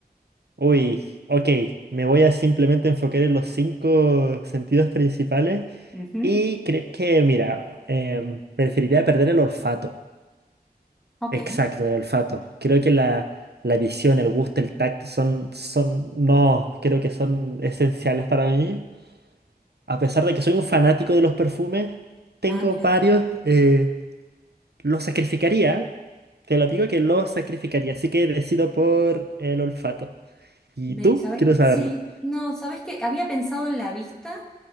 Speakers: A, on the right; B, in the centre.
A: Uy, ok, me voy a simplemente enfocar en los cinco sentidos principales
B: Ujú,
A: y creo que, mira, em, preferiría perder el olfato.
B: Ok.
A: Exacto, el olfato. Creo que la, la visión, el gusto, el tacto son, son, no, creo que son esenciales para mí. A pesar de que soy un fanático de los perfumes, tengo
B: Ah, mira.
A: varios, eh, los sacrificaría. Te lo digo que los sacrificaría, así que decido por el olfato. ¿Y
B: Me,
A: tú?
B: ¿sabe?
A: Quiero saberlo.
B: Sí, no, ¿sabes qué? Había pensado en la vista,